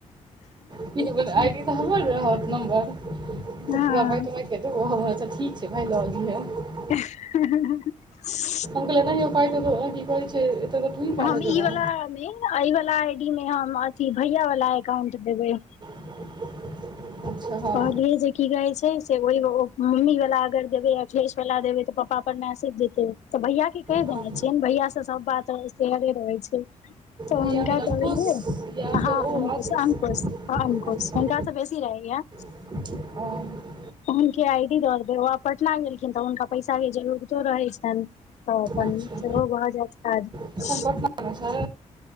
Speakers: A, on the right (about 35°); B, on the left (about 60°).
A: हँ आइडी तऽ हब रहत नम्बर करा तो
B: हँ
A: तच ठीक छै भाय ल रहलीहे
B: <unintelligible>
A: हपा त <unintelligible> छै एत तऽ। टा
B: हम
A: लऽ जेबे
B: ई वाला मे वाला आई डी मे हम अथी भैया वाला एकाउंट देबै
A: <unintelligible> अच्छा हँ
B: कहले जे की कहे छै से ओहि मम्मी वालला अगर देबे अ फेस वला देबै तऽ पापा पर मैसेज देते तऽ भैया के कहि
A: हँ
B: देने छियैन भैया से सब बात शेहरे रहै छै त
A: भैया
B: हुनका
A: मीन अंकुश
B: कहलिए
A: या फेर
B: हँ
A: ओ
B: अंकुश
A: आशीष
B: अंकुश ह अंकुश
A: अच्छा
B: हुनका त बेसी रहैए
A: <unintelligible>
B: हुनके आई डी दऽ देलिए ओ आब पटना गेलखिन तऽ हुनका पैसा केँ जरूरतो रहैत छनि तऽ अपन
A: अच्छा
B: सेहो भऽ जैत काज
A: एखन पटनामे छै